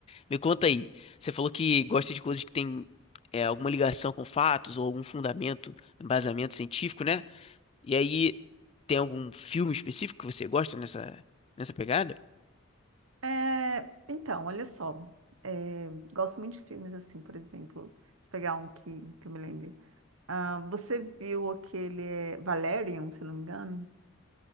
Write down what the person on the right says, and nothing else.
É, então, olha só. É, gosto muito de filmes assim, por exemplo. Deixa eu pegar um que, que eu me lembre. Ah, você viu aquele é, Valerian, se não me engano?